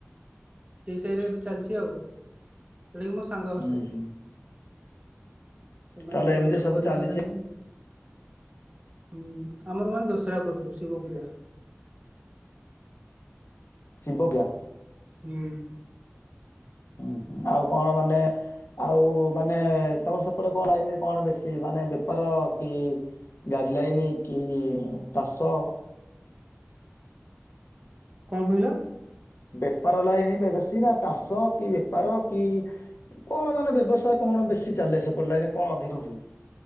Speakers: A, on the right; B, on the left.
A: ସେଇସାହି ରେ ଏବେ ଚାଲିଛି ଆଉ <inaudible> ସେଉଟା କିି ମୋ ସାଙ୍ଗ ଘର
B: ଉଁ
A: ସାହି
B: ହୁଁ
A: ସେମାନେ
B: ତାହେଲେ
A: କଷ୍ଟ
B: ଏମିତି ସବୁ
A: ପରି
B: ଚାଲିଛି
A: ମଜା ନଉଛନ <inaudible> ହୁଁ, ଆମର ମାନେ ଦଶହରା କରୁଛୁ ଶିବ ପୂଜା।
B: ଶିବ ପୂଜା।
A: ହୁଁ
B: ହୁଁ, ଆଉ କଣ ମାନେ ଆଉ ମାନେ ତମର ସେପଟେ କଣ ଲାଇନରେ କଣ ବେଶୀ ମାନେ ବେପାର କି ଗାଡି ଲାଇନି କି ଚାଷ
A: କଣ କହିଲ?
B: ବେପାର ଲାଗନି ବେଶୀ ନା ଚାଷ କି ବେପାର କି? କଣ ମାନେ ବ୍ୟବସାୟ କଣ ବେଶୀ ଚାଲେ ସେପଟେ ଲାଗେ କଣ ଅଧିକ ହୁଏ?